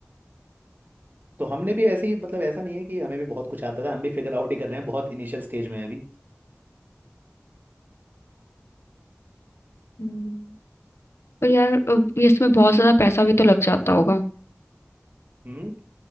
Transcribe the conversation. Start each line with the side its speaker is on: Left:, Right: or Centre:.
Right: तो हमने भी ऐसी मतलब ऐसा नहीं है कि हमें भी बहुत कुछ आता था हम भी फिगर आउट ही कर रहे हैं बहुत इनिशियल स्टेज में है अभी
Left: हम्म, पर यार अ, ये इसमें बहुत ज्यादा पैसा भी तो लग जाता होगा
Right: हम्म